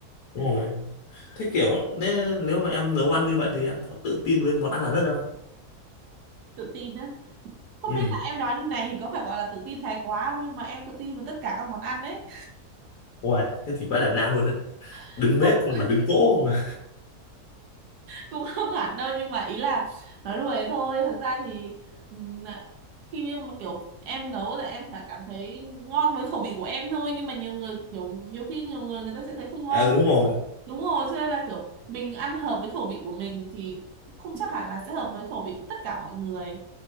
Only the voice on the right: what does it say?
tự tin á không
biết là em nói như này thì có phải gọi là tự tin thái quá không nhưng mà em tự tin với tất cả các món ăn đấy
<laughs>
không
cũng không hẳn đâu nhưng mà ý là nói đùa thôi thật ra thì ừm, khi như mà kiểu em nấu là em sẽ cảm thấy ngon với khẩu vị của em thôi nhưng mà nhiều người kiểu nhiều khi nhiều người người ta sẽ thấy không ngon
đúng rồi cho nên là kiểu mình ăn hợp với khẩu vị của mình thì không chắc hẳn là sẽ hợp với khẩu vị của tất cả mọi người